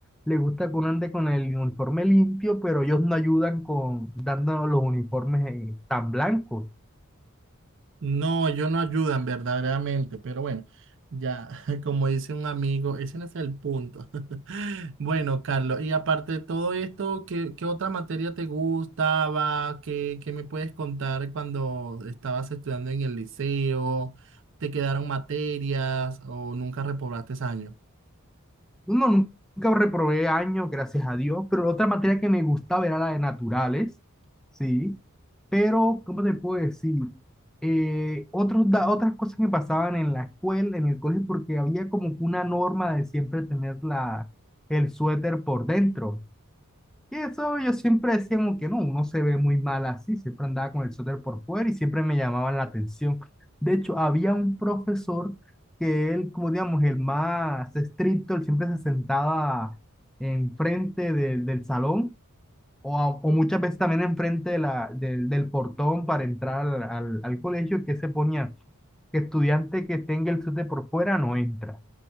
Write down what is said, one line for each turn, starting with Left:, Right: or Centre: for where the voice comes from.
Centre: le gusta que uno ande con el uniforme limpio, pero ellos no ayudan con dando los uniformes eh, tan blancos.
Right: No, ellos no ayudan verdaderamente, pero bueno, ya, <laughs> como dice un amigo, ese no es el punto. <laughs> Bueno, Carlos, y aparte de todo esto, ¿qué, qué otra materia te gustaba? ¿Qué, qué me puedes contar cuando estabas estudiando en el liceo? ¿Te quedaron materias o nunca reprobaste ese año?
Centre: No, nunca reprobé años, gracias a Dios, pero otra materia que me gustaba era la de naturales, ¿sí? Pero, ¿cómo te puedo decir? Eh, otros, da- otras cosas que pasaban en la escuela, en el colegio, porque había como que una norma de siempre tener la, el suéter por dentro. Y eso yo siempre decía como que no, uno se ve muy mal así, siempre andaba con el suéter por fuera y siempre me llamaban la atención. De hecho, había un profesor que él, como digamos, el más estricto, él siempre se sentaba enfrente del, del salón o, a- o muchas veces también enfrente de la, del, del portón para entrar al, al, al colegio, que se ponía que estudiante que tenga el suéter por fuera no entra.